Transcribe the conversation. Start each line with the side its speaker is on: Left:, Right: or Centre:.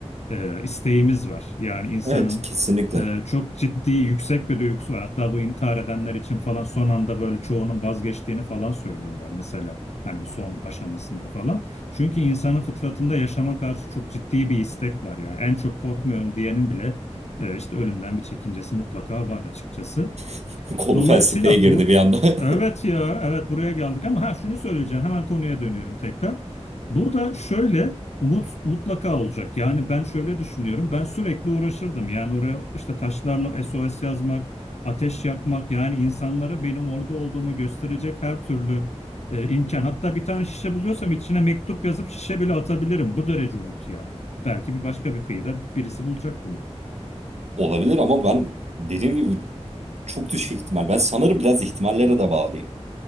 Left: e, isteğimiz var. Yani insanın
Right: evet kesinlikle.
Left: e, çok ciddi yüksek bir duygusu var. Hatta bu intihar edenler için falan son anda böyle çoğunun vazgeçtiğini falan söylüyorlar mesela. Hani bu son aşamasında falan. Çünkü insanın fıtratında yaşama karşı çok ciddi bir istek var yani. En çok korkmuyorum diyenin bile e, işte ölümden bir çekincesi mutlaka var açıkçası.
Right: <laughs> Konu
Left: Dolayısıyla
Right: felsefeye girdi
Left: bu
Right: bir anda.
Left: evet
Right: <laughs>
Left: ya evet buraya geldik ama ha şunu söyleyeceğim hemen konuya dönüyorum tekrar. Burada şöyle umut mutlaka olacak. Yani ben şöyle düşünüyorum. Ben sürekli uğraşırdım. Yani oraya işte taşlarla SOS yazmak, ateş yakmak yani insanlara benim orada olduğumu gösterecek her türlü e, imkan. Hatta bir tane şişe buluyorsam içine mektup yazıp şişe bile atabilirim. Bu derece umut yani. Belki bir başka bir kıyıda birisi bulacak bunu.
Right: Olabilir ama ben dediğim gibi çok düşük ihtimal. Ben sanırım biraz ihtimallere de bağlıyım.